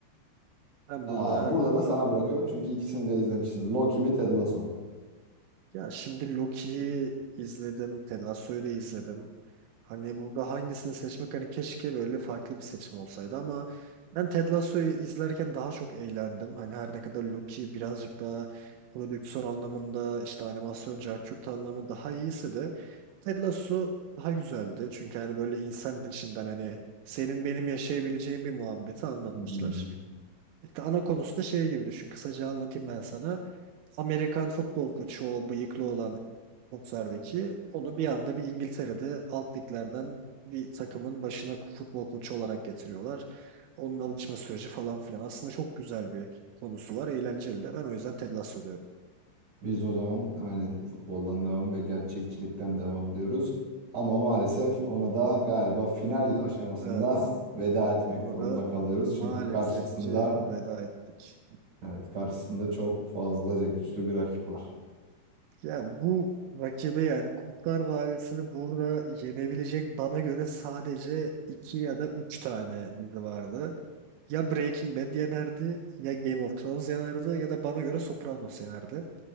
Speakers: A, on the right; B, on the right.
A: Ben
B: Aa,
A: burada
B: burada da sana bırakıyorum çünkü ikisini de izlemişsin. Loki mi Ted Lasso mu?
A: ya şimdi Loki'yi izledim, Ted Lasso'yu da izledim. Hani burada hangisini seçmek hani keşke böyle farklı bir seçim olsaydı ama ben Ted Lasso'yu izlerken daha çok eğlendim. Hani her ne kadar Loki birazcık daha prodüksiyon anlamında işte animasyon carçurt anlamı daha iyiyse de Ted Lasso daha güzeldi. Çünkü hani böyle insan içinden hani senin benim yaşayabileceğin bir muhabbeti anlatmışlar.
B: Hmm.
A: İşte ana konusu da şey gibi düşün. Kısaca anlatayım ben sana. Amerikan futbol koçu o bıyıklı olan bokserdeki onu bir anda bir İngiltere'de alt liglerden bir takımın başına futbol koçu olarak getiriyorlar. Onun alışma süreci falan filan. Aslında çok güzel bir konusu var. Eğlenceli de. Ben o yüzden Ted Lasso diyorum.
B: Biz o zaman aynen futboldan devam ve gerçekçilikten devam diyoruz. Ama maalesef ona da galiba final aşamasında
A: Evet.
B: veda etmek
A: Ona
B: durumunda
A: da
B: kalıyoruz.
A: maalesef
B: Çünkü karşısında
A: ki veda ettik.
B: evet karşısında çok fazlaca güçlü bir rakip var.
A: Ya bu rakibi yani Kurtlar Vadisi'ni burada yenebilecek bana göre sadece iki ya da üç tane dizi vardı. Ya Breaking Bad yenerdi, ya Game of Thrones yenerdi ya da bana göre Sopranos yenerdi.